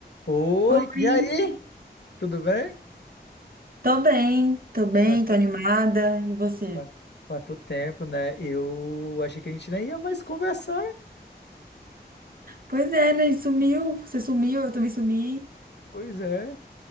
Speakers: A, on the left; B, on the right.
A: Oi,
B: Oi,
A: e aí? Tudo bem?
B: tô bem, tô bem,
A: Quanto,
B: tô animada. E você?
A: quanto, quanto tempo, né? Eu achei que a gente nem ia mais conversar.
B: Pois é, né? Sumiu, você sumiu, eu também sumi.
A: Pois é.